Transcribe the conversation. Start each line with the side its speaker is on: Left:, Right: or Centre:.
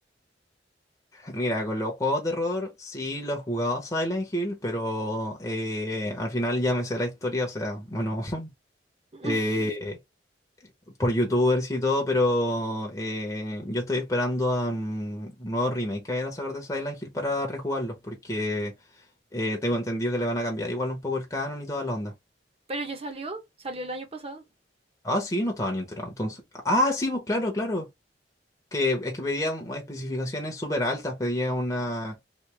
Left: Mira, con los juegos de terror sí los jugaba Silent Hill, pero eh, al final ya me sé la historia, o sea, bueno, <laughs>
Right: <laughs>
Left: eh, por YouTubers y todo, pero eh, yo estoy esperando a un nuevo remake que vayan a sacar de Silent Hill para rejugarlos, porque eh, tengo entendido que le van a cambiar igual un poco el canon y toda la onda.
Right: Pero ya salió, salió el año pasado.
Left: Ah, sí, no estaba ni enterado, entonces. Ah, sí, pues claro, claro. Que es que pedía especificaciones súper altas, pedía una